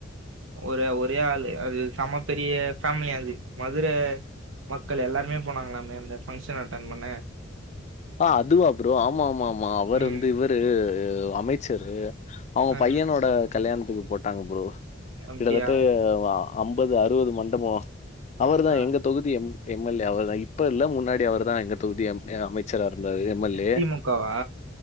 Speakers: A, on the right; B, on the left.
A: ஒரே ஒரே ஆளு அது சம்ம பெரிய ஃபேமிலியா அது மதுர மக்கள் எல்லாருமே போனாங்ளாமே அந்த ஃபங்க்ஷன் அட்டன் பண்ண
B: ஆ அதுவா ப்ரோ ஆமா ஆமா ஆமா அவர்
A: ம்.
B: வந்து இவரு அமைச்சரு அவுங்க
A: அ
B: பையனோட கல்யாணத்துக்கு போட்டாங்க ப்ரோ
A: அப்டியா?
B: கிட்டதட்ட ஆ அம்பது அறுவது மண்டபோ அவர்தா
A: ஆ
B: எங்க தொகுதி எம் எம் எல் ஏ அவர் தா இப்ப இல்ல முன்னாடி அவர் தா எங்க தொகுதி எம் அமை ச்சரா இருந்தாரு எம் எல் ஏ
A: திமுகவா?